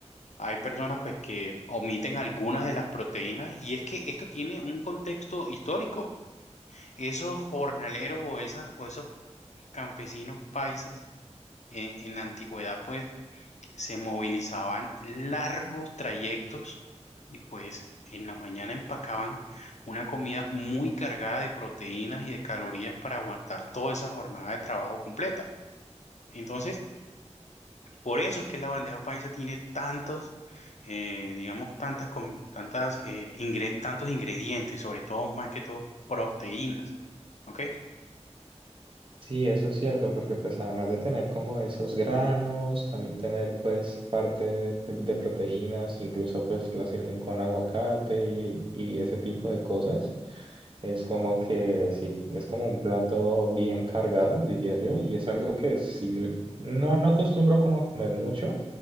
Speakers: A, on the left (about 80°); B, on the right (about 45°).
A: Hay personas pues que omiten algunas de las proteínas y es que esto tiene un contexto histórico. Esos jornaleros o esas o esos campesinos paisas en, en la antigüedad pues se movilizaban largos trayectos y pues en la mañana empacaban una comida muy cargada de proteínas y de calorías para aguantar toda esa jornada de trabajo completa. Entonces, por eso es que la bandeja paisa tiene tantos, eh, digamos, tantas, com- tantas, eh, ingre- tantos ingredientes, sobre todo, más que todo, proteínas. ¿Ok?
B: Sí, eso es cierto, porque pues además de tener como esos granos, también tener pues parte de, de proteínas, incluso pues la sirven con aguacate y, y ese tipo de cosas, es como que sí, es como un plato bien cargado, diría yo, y es algo que sí, no, no acostumbro como a comer mucho